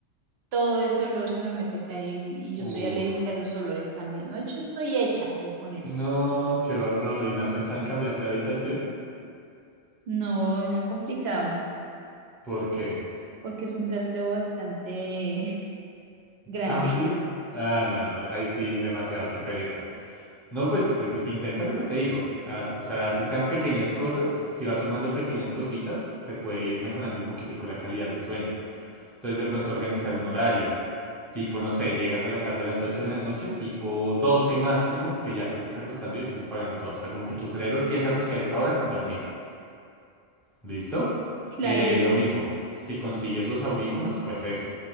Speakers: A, on the right; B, in the centre.
A: todo ese olor se me mete acá y, y yo
B: Uf.
A: soy alérgica a esos olores también, ¿no? De hecho, estoy hecha yo con eso.
B: No, qué horror. ¿Y no has pensado en cambiarte de habitación?
A: No, es complicado
B: ¿Por qué?
A: porque es un trasteo bastante <laughs> grande.
B: ¿Amplio?
A: <laughs>
B: Ah,
A: Sí.
B: no, entonces ahí sí, demasiado, qué pereza. No, pues, pues intenta lo que te digo. Ah, o sea, así sean pequeñas cosas, si vas sumando pequeñas cositas, te puede ir mejorando un poquitico la calidad de sueño. Entonces, de pronto organizar un horario. Tipo, no sé, llegas a la casa a las 8 de la noche, tipo 12 máximo, que ya te estés acostando y estés apagando todo. O sea, como que tu cerebro empieza a asociar esa hora con dormir. ¿Listo?
A: Claro,
B: Eh,
A: pues,
B: lo mismo, si consigues los audífonos, pues eso,